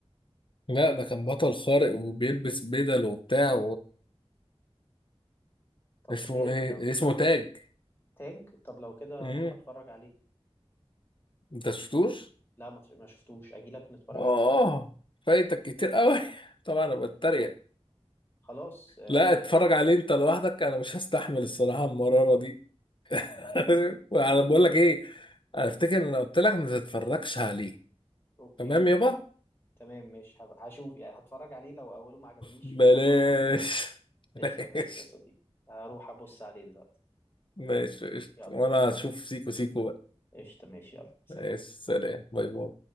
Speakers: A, on the left; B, on the left.
A: لا ده كان بطل خارق وبيلبس بدل وبتاع
B: طب
A: اسمه
B: ده جامد
A: ايه
B: ده
A: اسمه تاج
B: تاج طب لو كده
A: امم
B: اروح اتفرج عليه
A: انت شفتوش
B: لا ما تف- ما شفتوش اجي لك نتفرج
A: اه
B: عليه مع بعض
A: فايتك كتير قوي <laughs> طبعا انا بتريق
B: خلاص آه
A: لا اتفرج عليه انت لوحدك انا مش هستحمل الصراحه المراره دي <laughs> انا بقول لك ايه انا افتكر ان انا قلت لك ما تتفرجش عليه
B: اوكي
A: تمام يابا
B: تمام مش هشوف يعني هتفرج عليه لو اوله ما عجبنيش
A: بلاش
B: مش هتفرج عليه قشطة
A: <laughs> ماشي
B: ماشي يا صديقي هروح ابص عليه دلوقتي
A: ماشي قشطة.
B: يلا
A: وانا هشوف سيكو سيكو بقى
B: قشطة ماشي يلا سلام
A: ماشي، سلام باي باي